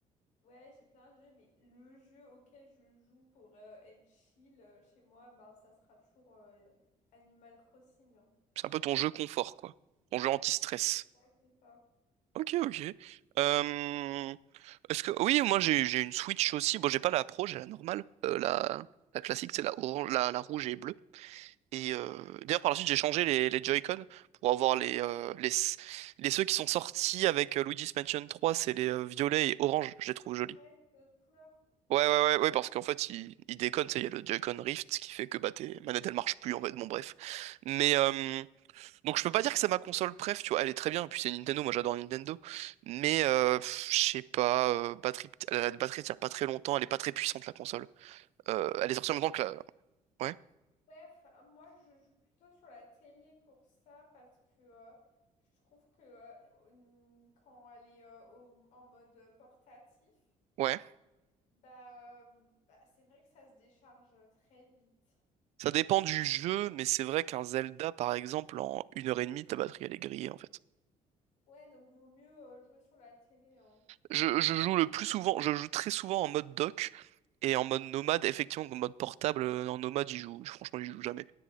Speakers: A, on the left; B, on the right.
A: ouais, j'ai plein de jeux, mais le jeu auquel je joue pour euh, être chill euh, chez moi, bah ça sera toujours euh, Animal Crossing. hein.
B: C'est un peu ton jeu confort, quoi. Ton jeu anti-stress.
A: C'est ça, c'est ça.
B: Ok, ok. Euh, Est-ce que... Oui, moi, j'ai, j'ai une Switch aussi. Bon, j'ai pas la Pro, j'ai la normale. Euh, la... la classique, c'est la orange, la... la rouge et bleue. Et euh, d'ailleurs, par la suite, j'ai changé les, les Joy-Con pour avoir les, euh, les... les ceux qui sont sortis avec euh, Luigi's Mansion trois c'est les euh, violets et orange. Je les trouve jolis.
A: Ouais, de notre couleur.
B: Ouais, ouais, ouais, ouais, parce qu'en fait, il, il déconne, tu sais, il y a le Joy-Con Rift, ce qui fait que bah, tes manettes, elles marchent plus, en fait, bon, bref. Mais, euh, Donc je peux pas dire que c'est ma console préf, tu vois, elle est très bien, et puis c'est Nintendo, moi j'adore Nintendo, mais euh, pff, je sais pas, euh, batterie, la batterie tient pas très longtemps, elle est pas très puissante la console. Euh, elle est sortie en même temps que la... Ouais,
A: Ouais, enfin, moi je joue plutôt sur la télé pour ça parce que euh, je trouve que euh, une- quand elle est euh, au- en mode portatif,
B: ouais.
A: bah, euh, bah, c'est vrai que ça se décharge très vite.
B: Ça dépend du jeu, mais c'est vrai qu'un Zelda, par exemple, en une heure et demie, ta batterie elle est grillée en fait.
A: Ouais, donc vaut mieux euh, jouer sur la télé, hein.
B: Je, je joue le plus souvent, je joue très souvent en mode dock, et en mode nomade, effectivement, en mode portable, euh, en nomade, j'y joue, franchement j'y joue jamais.